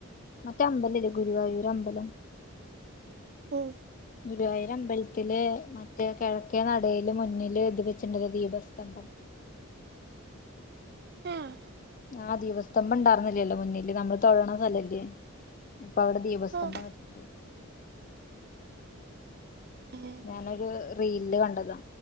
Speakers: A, on the left; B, on the right.
A: മറ്റേ അമ്പലല്ലേ ഗുരുവായൂരമ്പലം?
B: ഉം
A: ഗുരുവായൂരമ്പലത്തിലെ മറ്റേ കിഴക്കേ നടയില് മുന്നില്ത് വെച്ചിണ്ടല്ലോ ദീപസ്തംഭം
B: ഏഹ്
A: ആ ദീപസ്തംബണ്ടാർന്നില്ലല്ലോ മുന്നില് ഞമ്മള് തൊയഴ്ണ സ്ഥലല്ലേ? ഇപ്പവ്ടെ ദീപസ്തംഭം
B: ആഹ്
A: വെക്ക്ണ്ട്
B: ഏഹ്
A: ഞാനൊരു റീൽല് കണ്ടതാ